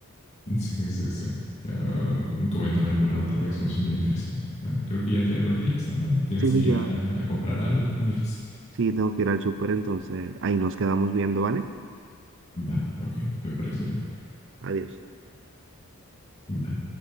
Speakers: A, on the left; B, on the right.
A: <laughs> Sí, sí, sí. Ya, mm, coméntame alguna otra vez un sueño interesante, ¿no? Creo que ya te retiras, ¿no? Tienes
B: Sí,
A: que ir
B: ya,
A: a, a comprar algo que no me dijiste.
B: sí, tengo que ir al súper, entonces ahí nos quedamos viendo, ¿vale?
A: Va, ok, me parece bien.
B: Adiós.
A: Bye.